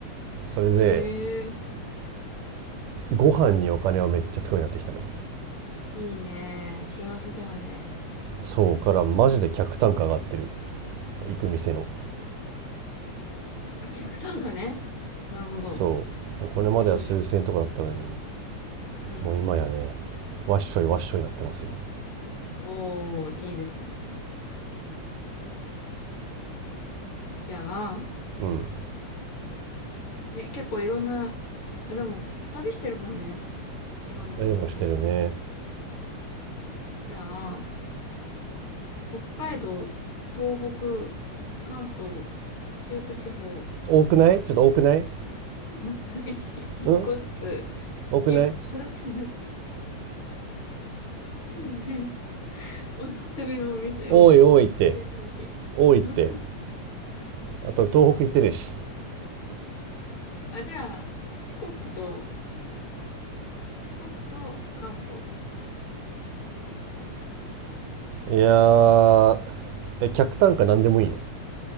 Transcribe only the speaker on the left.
へえ、
いいね。幸せだよね。
あ、客単価ね。なるほど。
素晴らしいじゃん。うん。
おー、いいですね。じゃあ、
で、結構いろんな、あでも、旅してるもんね。いろんなとこね。
じゃあ、北海道、東北、関東、中部地方、
<laughs> 一一個ずつ、
一個ずつ、<laughs> おすすめのお店を教えてほしい。
<laughs>
あ、じゃあ、四国と、四国と関東。